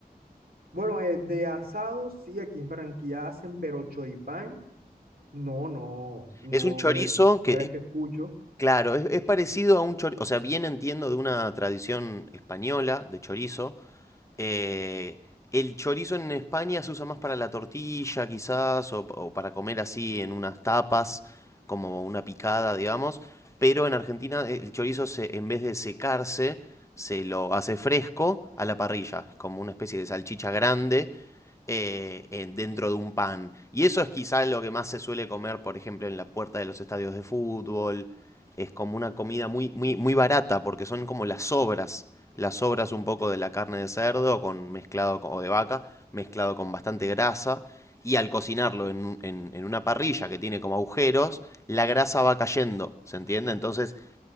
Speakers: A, on the right (about 70°); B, on the left (about 20°).
A: Bueno, eh, de asados, sí, aquí en Barranquilla hacen, pero choripán. No, no, no,
B: Es un chorizo
A: no es la primera
B: que, es-
A: vez que escucho.
B: claro, es, es parecido a un chorizo, o sea, bien entiendo de una tradición española de chorizo, Eh, el chorizo en España se usa más para la tortilla, quizás, o, o para comer así en unas tapas, como una picada, digamos. Pero en Argentina eh, el chorizo, se- en vez de secarse, se lo hace fresco a la parrilla. Es como una especie de salchicha grande eh, en- dentro de un pan. Y eso es quizás lo que más se suele comer, por ejemplo, en la puerta de los estadios de fútbol. Es como una comida muy, muy, muy barata, porque son como las sobras las sobras un poco de la carne de cerdo con, mezclado con- o de vaca, mezclado con bastante grasa. Y al cocinarlo en, en- en una parrilla que tiene como agujeros, la grasa va cayendo, ¿se entiende? Entonces